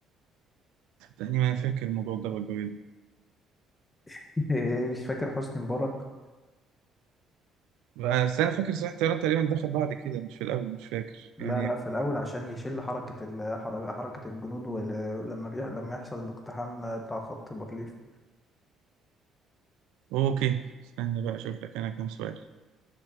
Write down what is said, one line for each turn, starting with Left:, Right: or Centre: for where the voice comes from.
Right: صدقني ما انا فاكر الموضوع ده والجو ده
Left: <laughs> مش فاكر حسني مبارك
Right: بس انا فاكر صحيح الطيران تقريبا دخل بعد كده مش في الاول مش فاكر
Left: لا
Right: يعني
Left: لا في الأول عشان يشل حركة ال- حر- حركة الجنود ولما بيح... لما يحصل الاقتحام بتاع خط بارليف
Right: اوكي استنى بقى اشوف لك انا كام سؤال